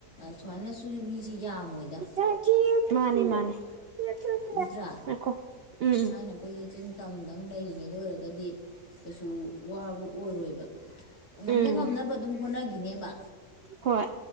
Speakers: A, on the left; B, on the right.
A: ꯁꯨꯃꯥꯏꯅ ꯁꯨ ꯃꯤꯁꯦ ꯌꯥꯝꯃꯣꯏꯗ
B: ꯇꯈꯤ ꯃꯥꯅꯦ ꯃꯥꯅꯦꯈꯣ
A: ꯅꯠꯇ꯭ꯔꯥ
B: ꯎꯝ
A: ꯊꯥꯏꯅ ꯑꯩꯈꯣꯏꯒꯤ ꯆꯤꯡ ꯇꯝꯗꯪ ꯂꯩꯔꯤꯉꯩꯗ ꯑꯣꯏꯔꯒꯗꯤ ꯀꯩꯁꯨ ꯋꯥ ꯑꯣꯏꯔꯣꯏꯕ ꯉ
B: ꯎꯝ
A: ꯉꯝꯅꯕ ꯑꯗꯨꯝ ꯍꯣꯠꯅ ꯑꯗꯨꯅꯦꯕ
B: ꯍꯣꯏ